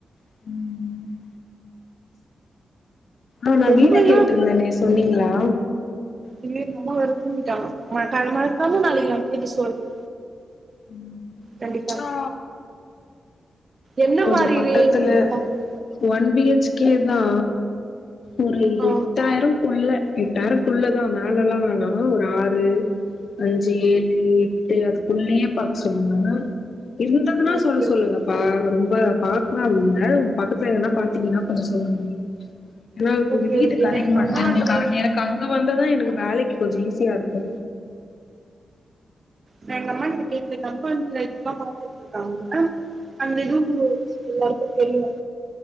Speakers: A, on the left (about 50°); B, on the right (about 35°).
A: ம் ம் ஆ நா
B: ரொம்ப
A: வீண
B: எல்லா
A: கேட்ருந்தேனே சொன்னீங்ளா
B: இன்னிக் எங்க அம்மா வேற தூங்கிட்டாங்க காலைல மறக்காம நாளைக்கு கேட்டு சொல்றே
A: ம்
B: கண்டிப்பா
A: சோ
B: என்ன
A: கொஞ்சோ
B: மாரி
A: பக்கத்துல
B: ரே இதுல பாக்குற
A: ஒன் பி ஹச் கே தா ஒரு
B: ஆ
A: எட்டாயிரம் குள்ள எட்டாயிரம்க்குள்ளதா மேலலா வேணா ஒரு ஆறு அஞ்சு ஏழு எட்டு அது உள்ளயே பாக்க சொல்லுங்க இருந்ததுன்னா
B: ஓகே
A: சொல்ல சொல்லுங்க
B: ஓகே
A: ஆ ரொம்ப பாக்கலாம் இல்ல உங்க பக்கத்துல எதுனா பாத்தீங்கன்னா கொஞ்சோ சொல்லுங்க ஏனா உங்க
B: ஓகே
A: வீட்டு
B: ஓகே
A: கடைக்க
B: இல்ல எங்க
A: மாட்டேது
B: அம்மா
A: எங்களுக்கு
B: வந்து
A: எனக்கு அங்க வந்தாதா எனக்கு வேலைக்கு கொஞ்சோ ஈஸியாருக்கு
B: நா எங்க அம்மா கிட்ட கேக்குலங்க அம்மா ஐ ரூபா பாத்துட்டுருக்காங்க அந்த இதுவு எல்லாருக்கு தெரியு